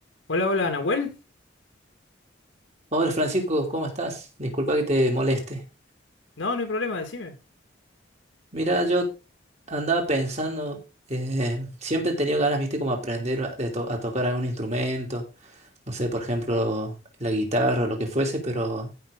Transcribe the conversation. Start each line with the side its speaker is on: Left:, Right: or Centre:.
Left: Hola, hola, Nahuel.
Right: Hola Francisco, ¿cómo estás? Disculpa que te moleste.
Left: No, no hay problema, decime.
Right: Mira, yo andaba pensando, eh, siempre he tenido ganas, viste, como aprender a, de to- a tocar algún instrumento, no sé, por ejemplo, la guitarra o lo que fuese, pero